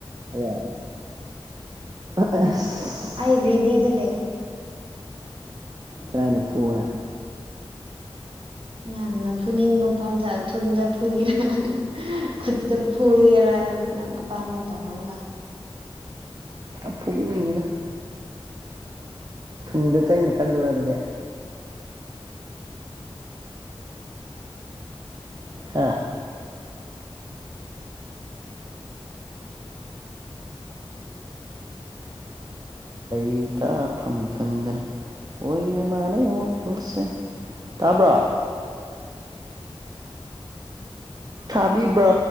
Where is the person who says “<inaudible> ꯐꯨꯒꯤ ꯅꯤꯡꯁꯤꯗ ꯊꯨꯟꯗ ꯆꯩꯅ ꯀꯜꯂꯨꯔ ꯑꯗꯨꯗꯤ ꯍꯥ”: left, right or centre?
Right